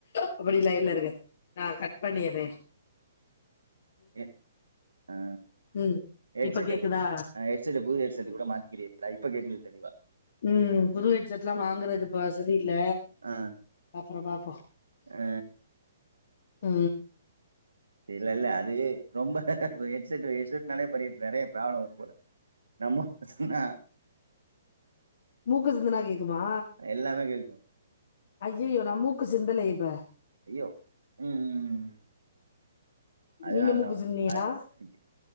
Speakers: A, on the left; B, on the right.
A: அப்படியே லைன்ல இருங்க நா கட் பண்ணிறே
B: ஏ ஆ
A: ம்
B: ஹெட்செட்
A: இப்ப கேக்குதா
B: ஆ ஹெட்செட் புது ஹெட்செட் கூட மாத்திக்கிறீங்களா இப்ப கேக்குது தெளிவா
A: உ புது ஹெட் செட்லா வாங்குறது இப்ப வசதி இல்ல
B: ஆ
A: பா அப்ற பாப்போ
B: ஆ
A: உ
B: இல்லல்ல அது ரொம்ப ஹெட்செட்டு ஹெட் செட்ன்னாலே பெரிய நிறைய ப்ராப்ளம் வருபோல நம்ம சொன்னா
A: மூக்க சிந்துனா கேக் குமா
B: எல்லாமே கேக்கு
A: அய்யய்யோ நா மூக் சிந்தலையே இப்ப
B: அய்யோ உ உ உ அதனாலதா
A: நீங்க மூக்கு சிந்தீங்களா
B: ஆ ஓகே